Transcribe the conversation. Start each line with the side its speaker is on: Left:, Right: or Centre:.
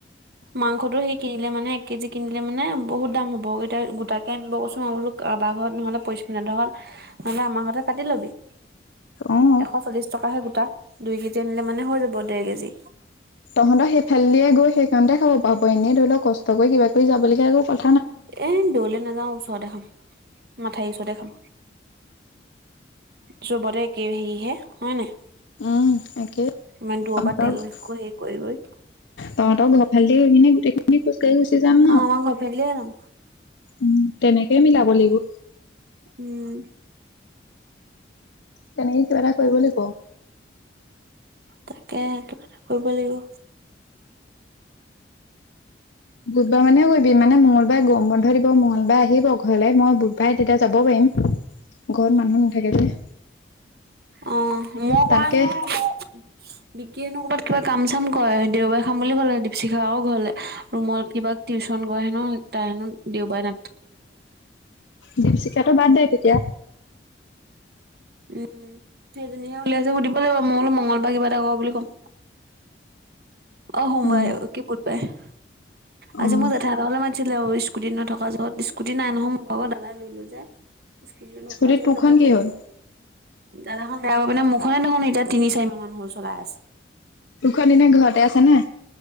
Right: মাংসটো সেই কিনিলে মানে এক কেজি কিনিলে মানে বহুত দাম হ'ব এতিয়া গোটাকে আনিব কৈছোঁ মই বোলোঁ কাবাৰ ঘৰত নহলে পইচ ধৰক <unintelligible> নহ'লে আমাৰ ঘৰতে কাটি লবি
Left: অ',
Right: এশ চল্লিশ টকাহে গোটা। দুই কেজি আনিলে মানে হৈ যাব ডেৰ কেজি।
Left: তহঁতৰ সেইফালে দিয়ে গৈ সেইখনতে খাব পাৰ বা এনেই ধৰি ল কষ্ট কৰি কিবা কৰি যাব লগীয়া <unintelligible>
Right: এ দূৰলে নাযাও ওচৰতে খাম, মাথাইৰি ওচৰতে খাম। চুবতে একে হেৰিহে হয় নাই?
Left: উম তাকে
Right: ইমান দূৰৰ
Left: তহঁতৰ
Right: পৰা তেল <unintelligible> কৰি কৰি।
Left: তহঁতৰ ঘৰৰ ফালেদি কিনে গোটেইখিনি খোজকাঢ়ি গুচি যাম ন?
Right: অ আমাৰ ঘৰ ফালিয়ে যাম
Left: উম, তেনেকে মিলাব লাগিব।
Right: উম।
Left: তেনেকে কিবা এটা কৰিব লাগিব
Right: তাকে কিবা এটা কৰিব লাগিব।
Left: বুধবাৰ মানে কৰিবি মানে মঙলবাৰে গৰম বন্ধ দিব মঙলবাৰ আহিব ঘৰলে, মই বুধবাৰে তেতিয়া যাব পাৰিম। ঘৰত মানু নাথাকে যে।
Right: অহ, মই
Left: তাতকে
Right: কৰা নাই মই বিকিয়েনো কৰবাত কিবা কাম চাম কৰে দেওবাৰে খাম বুলি ক'লে দীপশিখাও ঘৰলে, ৰুমত কিবা টিউচন কৰে হেনো তাই হেনো দেওবাৰে না
Left: দীপশিখাটো বাদ দে তেতিয়া।
Right: উম সেইজনীহে উলিয়াইছে সুধিব লাগিব, মই বোলোঁ মংগলবাৰে কিবা এটা কৰ বুলি কম। অ সোমবাৰে
Left: উম।
Right: কি বুধবাৰে।
Left: অ',
Right: আজি মই জেঠাই হঁতৰ ঘৰলে মাতছিলে অইচ কুটি নথকাৰ যহত। স্কুটি নাই নহয় মোৰ ভাগত দাদাই লৈ লৈ যাই। <unintelligible>
Left: স্কুটিত তোৰখন কি হ'ল?
Right: দাদা খন বেয়া কৰি পিনে মোৰখনে দেখোন এতিয়া তিনি-চাৰি মাহ মান হ'ল চলাই আছে।
Left: দুখন দিনা ঘৰতে আছে নে?